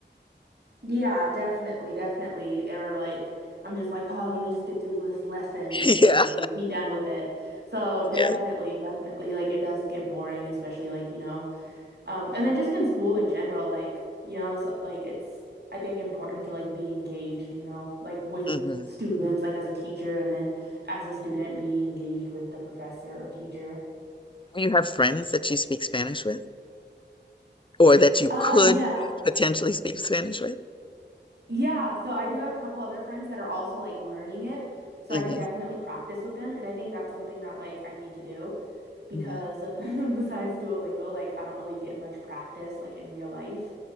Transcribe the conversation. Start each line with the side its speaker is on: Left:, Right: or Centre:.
Right: Yeah, definitely, definitely. They were like, I'm just like, oh, let me just get through this lesson and
Left: <laughs>
Right: then
Left: yeah,
Right: like be done with it. So definitely,
Left: yeah.
Right: definitely, like it does get boring, especially like, you know, um, and then just in school in general, like, you know, s- like it's I think important to like be engaged, you know, like with
Left: Mhm.
Right: students, like as a teacher, and then as a student, be engaged with the professor or teacher.
Left: Do you have friends that you speak Spanish with, or that you
Right: Uh,
Left: could
Right: yeah.
Left: potentially speak Spanish with?
Right: Yeah, so I do have a couple other friends that are also like learning it, so
Left: hmm
Right: I could definitely practice with them, and I think that's something that like I need to do because
Left: hmm
Right: <laughs> besides Duolingo, like I don't really get much practice like in real life.